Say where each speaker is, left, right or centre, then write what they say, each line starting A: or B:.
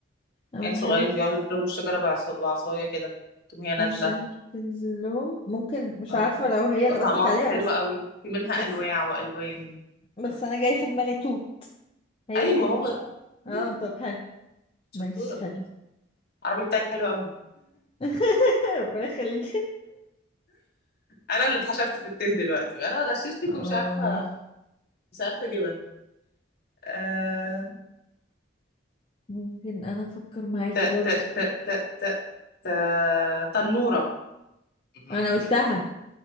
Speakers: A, on the left; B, on the left.
A: أنا
B: عيل
A: بحاول
B: صغيرين
A: أف-
B: بيقعدوا يضربوا الشجرة بعصا- بعصاية كده تقوم هي نازلة
A: عشان تنزل لهم ممكن مش
B: اه
A: عارفة لو هي اللي قصدك
B: طعمها
A: عليها بس
B: حلو قوي في منها
A: بس
B: أنواع وألوان
A: بس أنا جاي في دماغي توت هي
B: أيوه
A: دي
B: هو ده مم.
A: اه طب حلو
B: شطورة
A: ماشي حلو
B: العربي بتاعك حلو قوي
A: <laughs> ربنا يخليك
B: أنا اللي اتحشرت في الته دلوقتي بقى. أنا غششتك
A: اه
B: ومش عارفة مش عارفة أجيبها آه...
A: ممكن انا افكر معاكي
B: ت
A: برضو
B: ت ت ت ت ت تنورة مم.
A: انا قلتها